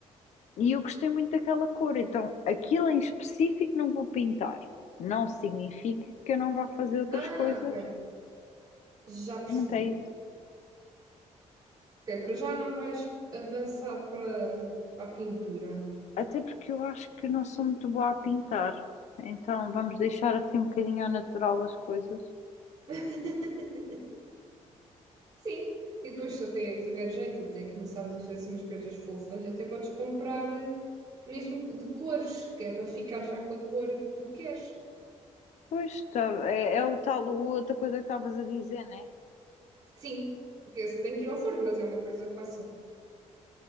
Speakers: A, on the left; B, on the right.
A: e eu gostei muito daquela cor, então aquilo em específico não vou pintar, não significa que eu não vá fazer outras
B: Ah,
A: coisas,
B: ok. Já percebi.
A: não é isso.
B: Ok, para já não vais avançar para, para a pintura.
A: Até porque eu acho que não sou muito boa a pintar, então vamos deixar assim um bocadinho ao natural as coisas.
B: <laughs> Sim. E depois, se até tiver jeito e até começares a fazer assim umas coisas fofas, até podes comprar eh, mesmo de cores, que é para ficar já com a cor que tu queres.
A: Pois, tá, é, é o tal, outra coisa que estavas a dizer, né?
B: Sim, que esse tem que ir ao forno, mas é uma coisa fácil.